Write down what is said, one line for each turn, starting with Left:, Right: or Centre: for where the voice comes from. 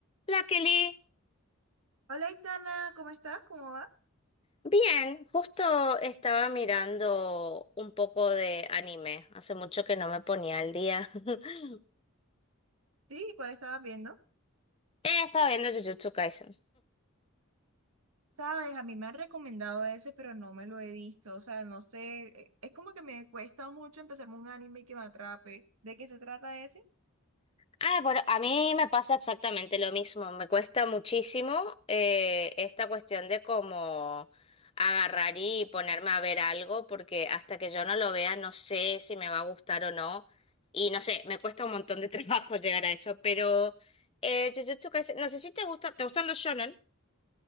Left: La Kelly,
Right: Hola, Itana, ¿cómo estás? ¿Cómo vas?
Left: bien, justo estaba mirando un poco de anime. Hace mucho que no me ponía al día. <laughs>
Right: Sí, ¿cuál estabas viendo?
Left: Eh, Estaba viendo Jujutsu Kaisen.
Right: Sabes, a mí me han recomendado ese, pero no me lo he visto. O sea, no sé, eh, es como que me cuesta mucho empezarme un anime que me atrape. ¿De qué se trata ese?
Left: Ah, bueno, a mí me pasa exactamente lo mismo. Me cuesta muchísimo eh, esta cuestión de cómo agarrar y ponerme a ver algo, porque hasta que yo no lo vea no sé si me va a gustar o no. Y no sé, me cuesta un montón de trabajo <laughs> llegar a eso, pero eh, Jujutsu Kaisen, no sé si te gusta, ¿te gustan los shonen?